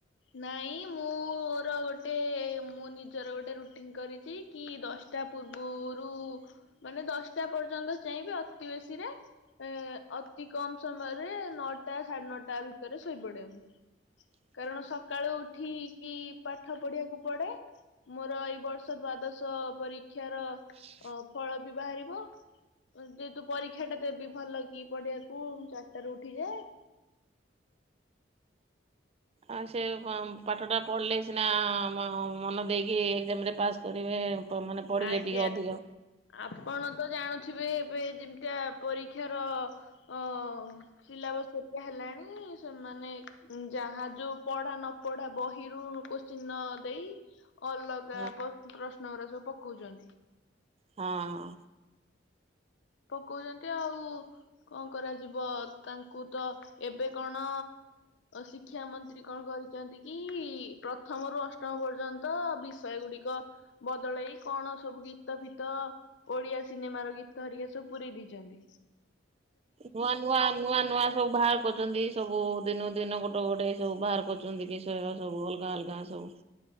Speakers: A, on the left (about 75°); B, on the right (about 35°).
A: ନାଇଁ ମୁଁର ଗୋଟେ ମୁଁ ନିଜର ଗୋଟେ ରୁଟିନ କରିଚି କି ଦଶଟା ପୂର୍ବୁରୁ ମାନେ ଦଶଟା ପର୍ଯ୍ୟନ୍ତ ଚେଇଁବେ ଅତି ବେଶୀରେ ଏ ଅତି କମ ସମୟରେ ନଅଟା ସାଢେ ନଅଟା ଭିତରେ ଶୋଇପଡେ ମୁଁ।
B: <inaudible>
A: କାରଣ ସକାଳୁ ଉଠିକି ପାଠ ପଢିବାକୁ ପଡେ। ମୋରୋ ଏଇ ବର୍ଷ ଦ୍ଵାଦଶ ପରୀକ୍ଷାର
B: <inaudible>
A: ଅ ଫଳ ବି ବାହାରିବ। ଯେହେତୁ ପରୀକ୍ଷା ଟା ଦେବି ଭଲ କି ପଢିବାକୁ ମୁଁ ଚାରିଟାରୁ ଉଠିଯାଏ।
B: ଆଉ ସେ କଁ ପାଠଟା ପଢ଼ିଲେ ସିନା ମ ମନ ଦେଇକି ଏକ୍ସାମରେ ପାସ୍ କରିବେ। ମାନେ ପଢିଲେ
A: ଆଜ୍ଞା
B: ଟିକେ ଅଧିକ
A: ଆପଣ ତ ଜାଣୁ ଥୁବେ ଏବେ ଯେମିତିଆ ପରୀକ୍ଷାର ଅଁ ସିଲାବସ ହେରିକା ହେଲାଣି। ସେମାନେ ଯାହା ଯୋଉ ପଢା ନ ପଢା ବହିରୁ କୋଶ୍ଚିନ ନଦେଇ ଅଲଗା
B: ହଁ
A: ପ୍ର ପ୍ରଶ୍ନ ଗୁରା ସବୁ ପକୋଉଚନ୍ତି।
B: ହଁ।
A: ପକୋଉଚନ୍ତି ଆଉ କଁ କରାଯିବ ତାଙ୍କୁ ତ ଏବେ କଣ ଶିକ୍ଷା ମନ୍ତ୍ରୀ କଣ କରିଛନ୍ତି କି ପ୍ରଥମରୁୁ ଅଷ୍ଟମ ପର୍ଯ୍ୟନ୍ତ ବିଷୟ ଗୁଡିକ ବଦଳେଇ କଣ ସବୁ ଗୀତ ଫିତ ଓଡିଆ ସିନେମାର ଗୀ ତ ହେରିକା ସବୁ ପୁରୀ ଦେଇଚନ୍ତି।
B: ନୂଆ ନୂଆ ନୂଆ ନୂଆ ସବୁ ଭାରୁ କରୁଚନ୍ତି ସବୁ ଦିନୁକୁ ଦିନ ଗୋଟୋ ଗୋଟେ ସବୁ ବାହାର କରୁଚନ୍ତି ବିଷୟ ସବୁ ଅଲଗା ଅଲଗା ସବୁ